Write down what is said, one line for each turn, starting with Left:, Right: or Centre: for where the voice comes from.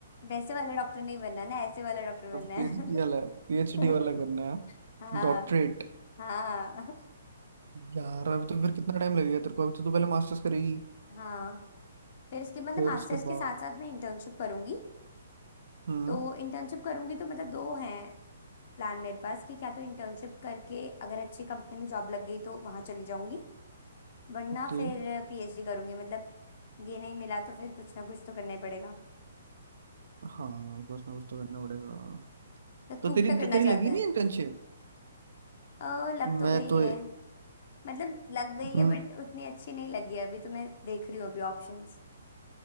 Left: वैसे वाला डॉक्टर नहीं बनना ना ऐसे वाला डॉक्टर बनना
Right: पीएचडी
Left: है
Right: वाला पीएचडी वाला
Left: <laughs>
Right: करना है
Left: हाँ
Right: डॉक्टरेट
Left: हाँ
Right: यार अभी तो फिर कितना टाइम लगेगा तेरे को अभी तो तू पहले मास्टर्स करेगी
Left: हाँ फिर इसके मतलब
Right: फिर
Left: मास्टर्स
Right: उसके
Left: के
Right: बाद
Left: साथ साथ मैं इंटर्नशिप करूंगी
Right: हम्म
Left: तो इंटर्नशिप करूंगी तो मतलब दो हैं प्लान मेरे पास कि क्या तो इंटर्नशिप करके अगर अच्छी कंपनी में जॉब लग गई तो वहां चली जाऊंगी वरना
Right: ओके
Left: फिर पीएचडी करूंगी मतलब ये नहीं मिला तो फिर कुछ ना कुछ तो करना ही पड़ेगा
Right: हाँ कुछ ना कुछ तो करना पड़ेगा
Left: तो तू
Right: तो तेरी
Left: क्या करना
Right: तेरी
Left: चाहता
Right: लगी नहीं
Left: है
Right: इंटर्नशिप
Left: ओ लग
Right: मैं
Left: तो गई
Right: तो
Left: है मतलब लग गई है
Right: हम्म
Left: बट उतनी अच्छी नहीं लगी है अभी तो मैं देख रही हूँ अभी ऑप्शंस